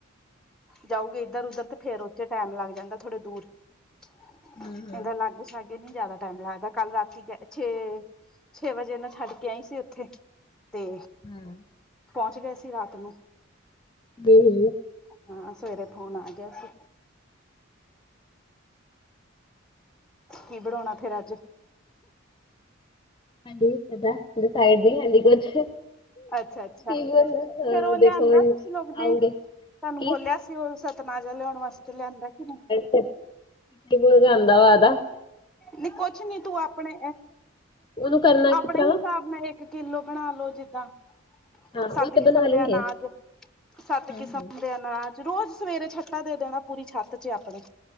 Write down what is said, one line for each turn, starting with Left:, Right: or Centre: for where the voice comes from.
Centre: ਜਾਊਗੇ ਇੱਧਰ ਉੱਧਰ ਤੇ ਫੇਰ। ਉੱਥੇ ਟਾਈਮ ਲੱਗ ਜਾਂਦਾ ਥੋੜਾ ਦੂਰ ਇਹਦੇ
Left: ਹੂੰ-ਹੂੰ,
Centre: ਨਾਲ ਸਾਡੇ। ਇੱਥੇ ਨਹੀਂ ਜ਼ਿਆਦਾ ਟਾਈਮ ਲੱਗਦਾ ਕੱਲ ਰਾਤੀ ਛੇ। ਛੇ ਵਜੇ ਇਹ ਨਾ ਛੱਡ ਕੇ ਆਈ ਸੀ ਉੱਥੇ ਤੇ।
Left: ਹੂੰ।
Centre: ਪਹੁੰਚ ਗਏ ਸੀ ਰਾਤ ਨੂੰ।
Left: ਵੀ ਹੂੰ।
Centre: ਹਾਂ ਸਵੇਰੇ ਫੋਨ ਆ ਗਿਆ ਸੀਂ। ਕੀ ਬਣਾਉਣਾ ਫੇਰ ਅੱਜ?
Left: ਹਾਂਜੀ ਪਤਾ ਡਿਸਾਈਡ ਨਹੀਂ ਅਜੇ ਕੁਛ।
Centre: ਅੱਛਾ ਅੱਛਾ
Left: ਈਵਨ
Centre: ਫੇਰ
Left: ਅ
Centre: ਉਹ ਲਿਆਂਦਾ
Left: ਦੇਖੋ ਹੁਣ
Centre: ਤੁਸੀਂ ਲੋਕ
Left: ਆਉਂਗੇ
Centre: ਨੇ ਤੁਹਾਨੂੰ
Left: ਕੀ
Centre: ਬੋਲਿਆ ਸੀ ਉਸ। ਤਨਾਜਾ ਲਿਆਉਣ ਵਾਸਤੇ ਲਿਆਂਦਾ ਕਿ ਨਹੀਂ।
Left: ਹੂੰ ਕਿੰਨੂ ਲਿਜਾਉਣ ਦਾ ਵਾਦਾ।
Centre: ਨੀ ਕੁਛ ਨੀ ਤੂੰ ਆਪਣੇ
Left: ਉਹਨੂੰ ਕਰਨਾ ਕਿਸ
Centre: ਆਪਣੇ
Left: ਤਰ੍ਹਾਂ ਵਾ
Centre: ਹਿਸਾਬ ਨਾਲ। ਇੱਕ ਕਿਲੋ ਬਣਾ ਲੋ ਜਿੱਦਾਂ।
Left: ਹਾਂ
Centre: ਸੱਤ
Left: ਉਹ ਤੇ
Centre: ਕਿਸਮ
Left: ਬਣਾ ਲੂੰਗੇ
Centre: ਦੇ ਅਨਾਜ ਸੱਤ
Left: ਹੂੰ-ਹੂੰ
Centre: ਕਿਸਮ ਦੇ। ਅਨਾਜ਼ ਰੋਜ਼ ਸਵੇਰੇ ਛੱਤਾਂ ਦੇ ਦੇਣਾ ਪੂਰੀ ਛੱਤ 'ਚ ਆਪਣੇ।